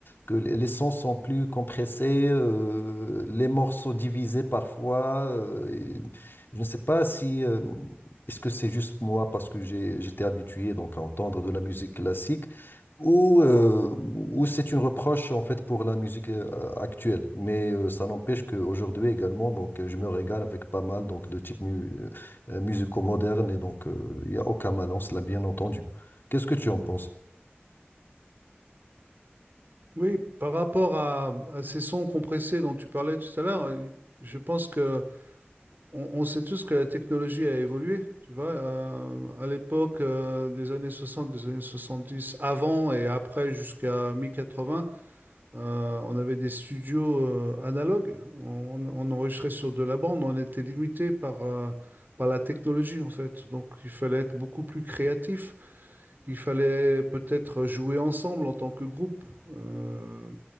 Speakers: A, on the left; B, on the right.
A: que les les sons sont plus compressés, euh, les morceaux divisés parfois. euh, et je ne sais pas si... euh, est-ce que c'est juste moi parce que j'ai- j'étais habitué donc à entendre de la musique classique? ou, euh, ou c'est une reproche en fait pour la musique euh, actuelle. Mais euh, ça n'empêche qu'aujourd'hui également, donc euh, je me régale avec pas mal donc de types mu- euh, musicaux modernes et donc euh, il n'y a aucun malin, cela bien entendu. Qu'est-ce que tu en penses?
B: Oui, par rapport à, à ces sons compressés dont tu parlais tout à l'heure, euh, je pense que on, on sait tous que la technologie a évolué. Tu vois, Euh, à l'époque euh, des années 60, des années 70, avant et après jusqu'à mi-80, euh, on avait des studios euh, analogues. On, on enregistrait sur de la bande. On était limité par, euh, par la technologie, en fait. Donc, il fallait être beaucoup plus créatif. Il fallait peut-être jouer ensemble en tant que groupe. Euh,